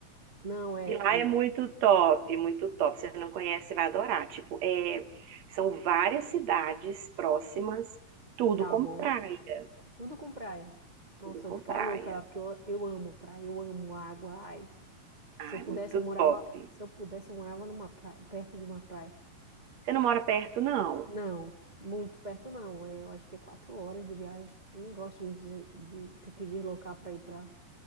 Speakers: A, on the right (about 80°); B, on the right (about 60°).
A: Não, é,
B: E lá é muito
A: é,
B: top, muito top. Se você não conhece, você vai adorar. Tipo, é, são várias cidades próximas, tudo
A: Tá
B: com
A: bom.
B: praia,
A: Tudo com praia. Nossa,
B: tudo com
A: eu vou ficar
B: praia.
A: louca lá, porque eu, eu amo praia, eu amo água. Ai,
B: Ah,
A: se eu pudesse,
B: é muito
A: eu morava.
B: top.
A: Se eu pudesse, eu morava numa praia, perto de uma praia.
B: Você não mora perto, não?
A: Não, muito perto não. É, eu acho que é quatro horas de viagem. Eu não gosto muito de, de ter que deslocar para ir para